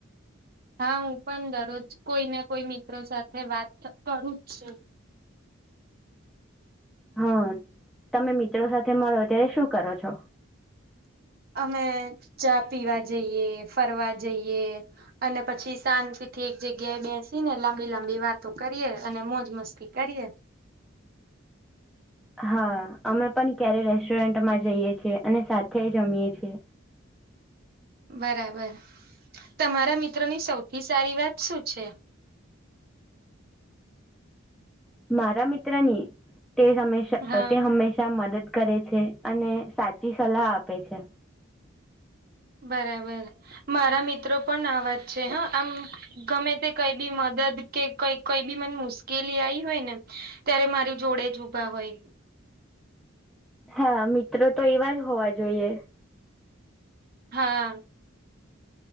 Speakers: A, on the right; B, in the centre.
A: હા હું પણ દરરોજ કોઈને કોઈ મિત્રો સાથે વાત કરું જ છું.
B: હા તમે મિત્રો સાથે મળો ત્યારે શું કરો છો.
A: અમે ચા પીવા જઈએ ફરવા જઈએ. અને પછી શાંતિથી એક જગ્યાએ બેસી ને લાંબી લાંબી વાતો કરીએ અને મોજ મસ્તી કરીએ.
B: હા અમે પણ ક્યારે રેસ્ટોરન્ટમાં જઈએ છીએ અને સાથે જમીએ છીએ.
A: બરાબર તમારા મિત્રોની સૌથી સારી વાત શું છે.
B: મારા મિત્રની તે હમેશા
A: હા
B: તે હંમેશા મદદ. કરે છે અને સાચી સલાહ આપે છે.
A: બરાબર મારા મિત્રો પણ અવાજ છે હ આમ. ગમે તે કઈ બી મદદ કે કઈ કઈ બી મને મુશ્કેલી આઈ હોય ને. ત્યારે મારી જોડે જ ઊભા હોય.
B: હા મિત્રો તો એવા જ હોવા જોઈએ.
A: હા.